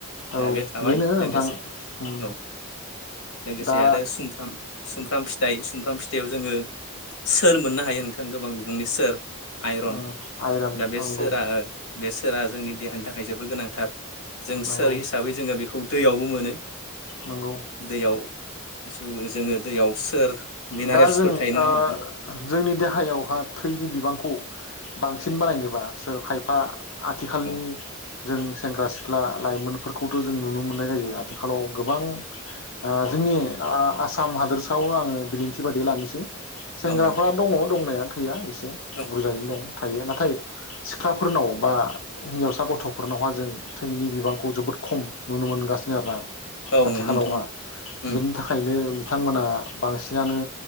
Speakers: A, on the left; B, on the left.
A: औ
B: दा बे थाबाय
A: बेनो नोंथां
B: लोगोसे
A: उम
B: औ लोगोसे
A: दा
B: आरो सुमफ्राम सुमफ्राम फिथाइ सुमफ्राम फिथाइयाव जोङो सोर मोननो हायो नोंथां गोबां बिबुंनि सोर आइरन।
A: उम आइरन
B: दा बेसोरा
A: नंगौ
B: बे सो सोरा जोंनि देहानि थाखाय जोबद गोनांथार जों
A: नंगौ
B: सोर हिसाबै जोङो बेखौ खौ दैयावबो मोनो
A: नंगौ
B: दैयाव ज जोङो दैयाव सोर मिनारेल्सफोर
A: दा जों
B: थायो नङा
A: ओ
B: होमबा नोंथां
A: जोंनि देहायावहा थैनि बिबांखौ खौ बांसिन बानायनोबा सोर खायफा आथिखालनि
B: औ
A: जों सेंग्रा सिख्ला लाइमोनफोरखौथ' जों नुनो मोननाय जायो आथिखालाव गोबां ओ जोंनि आ- आसाम हादोरसायाव आङो बिदिन्थि बिबायदि लानोसै सेंग्राफ्रा
B: औ
A: दङ दंनाया थैया एसे
B: औ
A: बुरजायैनो दं थायो नाथाय सिख्लाफोरनाव बा हिन्जावसा गथ'फोरनावहा जों थैनि बिबांखौ जोबोद खम नुनो मोनगासिनो आरोना
B: औ
A: आथिखालावहा
B: नंगौ नोंथां औ उम
A: बेनि थाखायनो बिथांमोना बांसिनानो